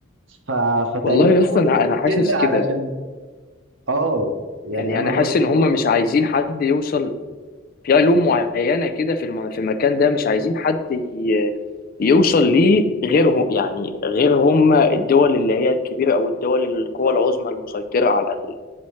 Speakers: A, on the right (about 60°); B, on the left (about 45°).
A: ف... فتقريبا
B: والله
A: هو
B: اصلا انا
A: ده
B: أنا حاسس
A: السر علشان
B: كده
A: اه يعني
B: يعني
A: انا
B: انا
A: برضو
B: حاسس ان هم
A: ايه
B: مش عايزين حد يوصل في علوم معينة كده في الم- في المكان ده مش عايزين حد ي- يوصل ليه غيرهم يعني غير هم الدول اللي هي الكبيرة أو الدول القوى العظمى المسيطرة على ال-